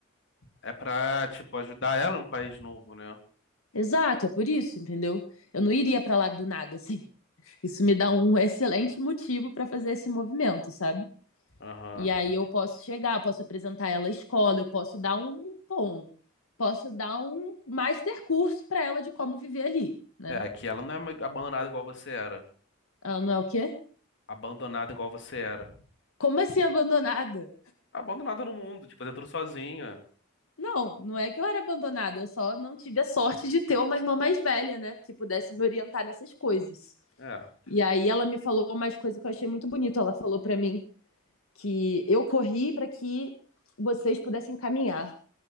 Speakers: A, on the left; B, on the left.
A: é pra, tipo, ajudar ela em um país novo, né?
B: Exato, é por isso, entendeu? Eu não iria pra lá do nada, assim. <laughs> Isso me dá um <laughs> excelente motivo pra fazer esse movimento, sabe?
A: Aham.
B: E aí eu posso chegar, posso apresentar ela à escola, eu posso dar um, bom, posso dar um master curso pra ela de como viver ali. né?
A: É, aqui ela não é ma- abandonada igual você era.
B: Ela não é o quê?
A: Abandonada igual você era.
B: Como assim abandonada?
A: Abandonada no mundo, de fazer tudo sozinha.
B: Não, não é que eu era abandonada, eu só não tive a sorte de ter uma irmã mais velha, né? Que pudesse me orientar nessas coisas.
A: É,
B: E aí ela me falou mais coisas que eu achei muito bonito. Ela falou para mim que eu corri para que vocês pudessem caminhar.